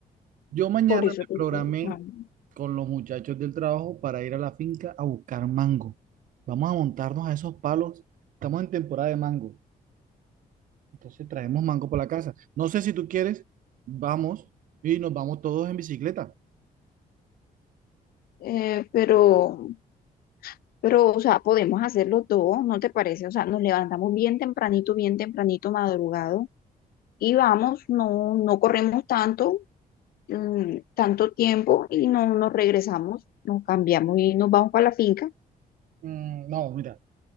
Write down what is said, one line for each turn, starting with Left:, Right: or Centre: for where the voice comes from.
Right: Yo mañana
Left: Por eso
Right: me
Left: te
Right: programé
Left: estoy buscando.
Right: con los muchachos del trabajo para ir a la finca a buscar mango. Vamos a montarnos a esos palos. Estamos en temporada de mango. Entonces traemos mango para la casa. No sé si tú quieres, vamos y nos vamos todos en bicicleta.
Left: Eh, pero, pero, o sea, podemos hacerlo todo, ¿no te parece? O sea, nos levantamos bien tempranito, bien tempranito, madrugado, y vamos, no, no corremos tanto, mm, tanto tiempo y no nos regresamos, nos cambiamos y nos vamos para la finca,
Right: Mm, no, mira,